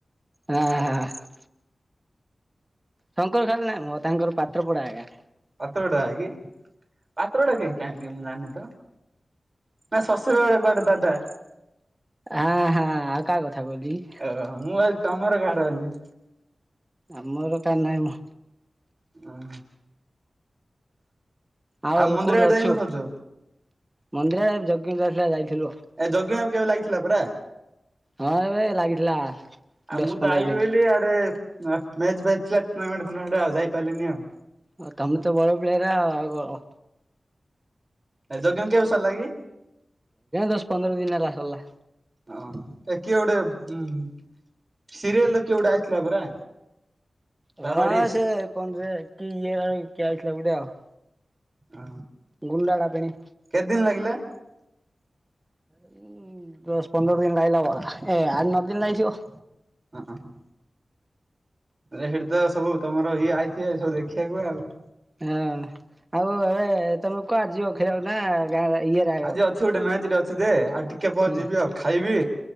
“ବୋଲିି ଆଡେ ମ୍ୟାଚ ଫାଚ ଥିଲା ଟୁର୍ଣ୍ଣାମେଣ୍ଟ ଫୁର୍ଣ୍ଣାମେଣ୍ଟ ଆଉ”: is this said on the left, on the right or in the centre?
Right